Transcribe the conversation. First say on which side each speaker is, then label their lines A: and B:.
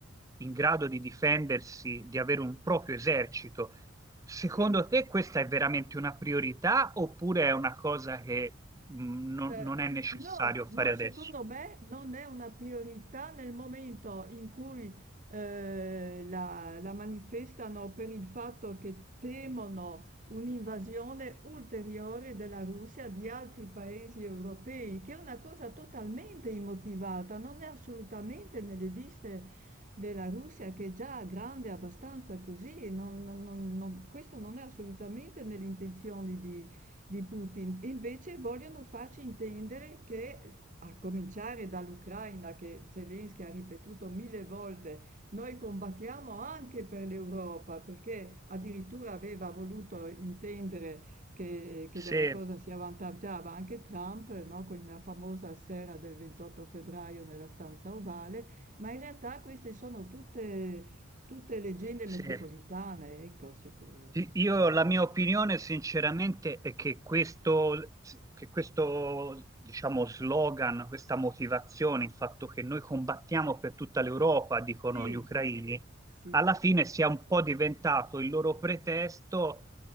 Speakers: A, on the right (about 15°); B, on the right (about 40°).
A: in grado di difendersi, di avere un proprio esercito. Secondo
B: Sì,
A: te questa è veramente una priorità oppure è una cosa che mh, non,
B: Eh,
A: non è
B: n-
A: necessario
B: no, no,
A: fare adesso?
B: secondo me non è una priorità nel momento in cui eh, la, la manifestano per il fatto che temono un'invasione ulteriore della Russia di altri paesi europei, che è una cosa totalmente immotivata, non è assolutamente nelle viste della Russia che è già grande abbastanza così, non- non- non- non- questo non è assolutamente nelle intenzioni di Putin. E invece vogliono farci intendere che, a cominciare dall'Ucraina, che Zelensky ha ripetuto mille volte, noi combattiamo anche per l'Europa, perché addirittura aveva voluto intendere che, che
A: Se,
B: della cosa si avvantaggiava anche Trump, no? Quella famosa sera del 28 febbraio nella stanza ovale, ma in realtà queste sono tutte, tutte leggende
A: se
B: metropolitane, ecco, seco- eh,
A: Sì, Io
B: secondo.
A: la mia opinione sinceramente è che questo, che questo, diciamo, slogan, questa motivazione, il fatto che noi combattiamo per tutta l'Europa, dicono
B: Sì,
A: gli ucraini,
B: sì.
A: alla fine sia un po' diventato il loro pretesto